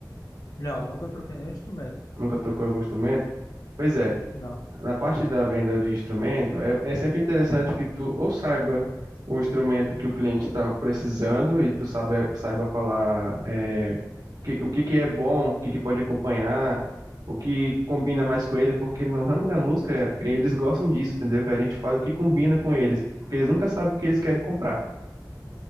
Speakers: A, on the left; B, on the right.
A: Não, nunca troquei nenhum instrumento.
B: Nunca tocou algum instrumento? Pois é,
A: Não.
B: na parte da venda de instrumento, é, é sempre interessante que tu ou saiba o instrumento que o cliente está precisando e tu saiba, saiba falar é, que- o que que é bom, o que que pode acompanhar, o que combina mais com ele, porque no ramo da música eles gostam disso, entendeu? Que a gente fala o que combina com eles, porque eles nunca sabem o que eles querem comprar,